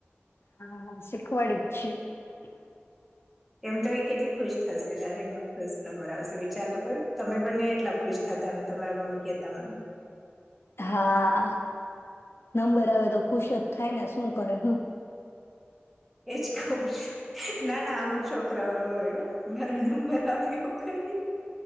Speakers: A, on the left; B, in the centre.
A: હા હા શીખવાડીએ છીએ.
B: એમ તો એ કેટલી ખુશ થશે જ્યારે એમનો ફર્સ્ટ નંબર આવશે વિચાર તો કો તમે બને એટલા ખુશ થતા અમ તમારા મમ્મી કહેતા મને.
A: હા નંબર આવે તો ખુશ જ થાય ને શું કરે હું.
B: એજ કઉું છું ના ના અમુક છોકરાઓ રોયો મારો નંબર આપ્યો કઈ.